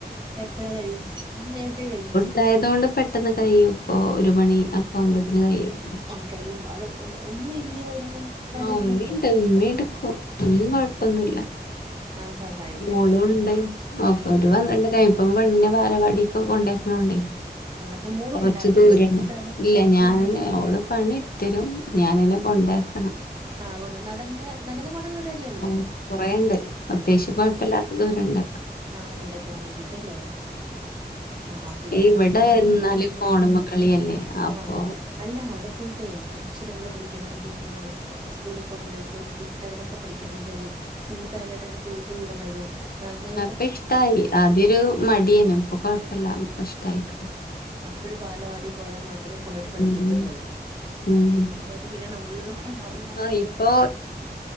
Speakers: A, on the right; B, on the left.
A: എപ്പഴാ കഴും <unintelligible>
B: തായതോണ്ട് പെട്ടെന്ന് കഴിയും ഇപ്പൊ ഒരു മണി ഒക്കെ ആവുമ്പോത്തിന് കഴിയും
A: ആഹ് കഴിയും അവിടെ ഉമ്മ ഇല്ലയോ അവിടെ ഇക്കാടെ
B: ആ ഉമ്മിണ്ട്
A: ഉമ്മ ഉണ്ടോ
B: ഉമ്മിട്ക്കും ഒന്നും കൊഴപ്പൊന്നുല്ല
A: ഉം ആഹ് സഹായിക്കും
B: മോളുംണ്ട് അപ്പൊര്
A: ഉം
B: പന്ത്രണ്ടര ഇപ്പം പെണ്ണിനേ ഭാലവാടിക് കൊണ്ടാക്ണോണ്ടേ
A: ആഹ് അപ്പൊ മോള്
B: കൊറ്ച്
A: കൊണ്ടാക്കുവോ
B: ദൂരാണ്
A: മൂത്താള്
B: ഇല്ല ഞാന്
A: അല്ല മൂ
B: ഓടെ പണിെടു ഒത്തരും ഞാനെന്നേ കൊണ്ടാക്കണം
A: ആ കൊ നടന്ന് നടന്ന് പോണ ദൂരല്ലേള്ളൂ
B: ഉം കൊറേണ്ട് അത്യാവശ്യം കൊയ്പ്പല്ലാത്ത തൂരണ്ട്
A: ആ നടക്കാൻ വേണ്ടിട്ടല്ലേ ആഹ് പിന്നെ
B: ഇവിടെ
A: പിന്നെ
B: എന്നാല് ഫോണ്മ്മ കളിയല്ലേ അപ്പൊ
A: <unintelligible> ലാ അവ്ടെ പോയ്ട്ടേ അക്ഷരങ്ങള് പഠിക്കണം പിന്നെ സ്കൂ സ്കൂളിപോണേന്റെ ഒക്കെ ഒരു ചിട്ടകളൊക്കെ പഠിക്കണം ൻകൊര് കൂട്ടാരായ്ട്ടെക്കെ കൂട്ടു കൂടുന്നതും അങ്ങനെ
B: പ്പിഷ്ടായി ആദ്യൊരു മടിയെനു ഇപ്പൊ കൊഴ്പ്പല്ല ഇഷ്ടായിക്ക്ണ്
A: അപ്പഴും ബാലവാടി പോയാ മാത്രേ പുള്ളര് പഠിക്കത്ത്ള്ളത്
B: ഉം ഉം
A: അപ്പൊ അത് വിടണോ ഒരു ദിവസം മടി കാണിചാ
B: ആ ഇപ്പൊ